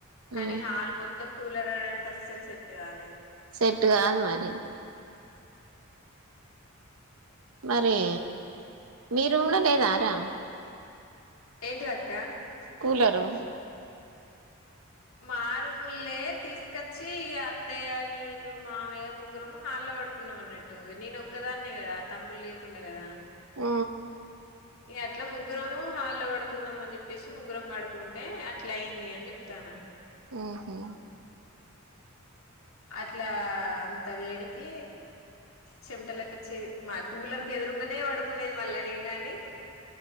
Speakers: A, on the left (about 80°); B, on the right (about 75°).
A: కానీ
B: మ్మ్
A: హల్ మొత్తం కూలర్ అంటే అస్సలు సెట్ కాలేదు
B: సెట్ కాదు మరి మరి మీ రూమ్లో లేదారా
A: ఏంటిదక్క
B: కూలరరు
A: మా రూములే తీసుకొచ్చి ఇ అత్తయ్య నేను మావయ్య ముగ్గురము హళ పడుకున్నాం అన్నట్టు నేను ఒక్కదాన్నే కదా తమ్ములు లేకుండా కదా
B: ఉ
A: ఇక అట్లా ముగ్గురం హాల్లో పడుకుందాం అని చెప్పేసి ముగ్గురం పడుకుంటే అట్లా అయి ది అని చెప్తానా
B: ఓహో
A: అట్లా అంత వేడికి చెమటలు వచ్చేది మా కూలర్ క ఎదురుగానే పడుకునేది మళ్ళని ఏమి కాని